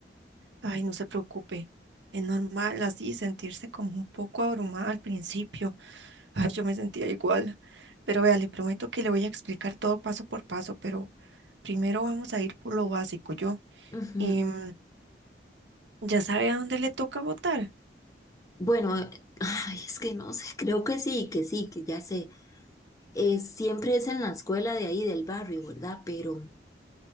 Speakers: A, on the right; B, on the left.
A: Ay, no se preocupe. Es normal así sentirse como un poco abrumada al principio. Ay, yo me sentía igual. Pero vea, le prometo que le voy a explicar todo paso por paso, pero primero vamos a ir por lo básico, yo.
B: Ujú.
A: Em, ¿ya sabe a dónde le toca votar?
B: Bueno, ay, es que no sé, creo que sí, que sí, que ya sé. Es siempre es en la escuela de ahí del barrio, ¿verdad? Pero,